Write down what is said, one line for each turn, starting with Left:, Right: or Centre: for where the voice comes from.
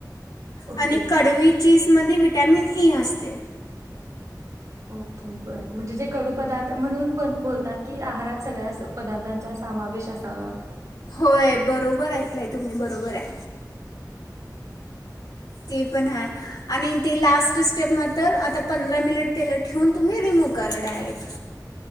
Right: ओके
Left: आणि कडवी चिज. मधी विटॅमिन ई असते.
Right: ओके बर म्हणजे जे कडू पदार्थ, म्हणून बोलतात की आहारात सगळ्याच पदार्थांचा सामावेश असावा.
Left: होय बरोबर ऐकलंय तुम्ही बरोबर य. ते पण हाय आणि ते लास्ट स्टेप नंतर आता पंधरा मिनिट त्याला ठेवून तुम्ही रिमूव करा डायरेक्ट.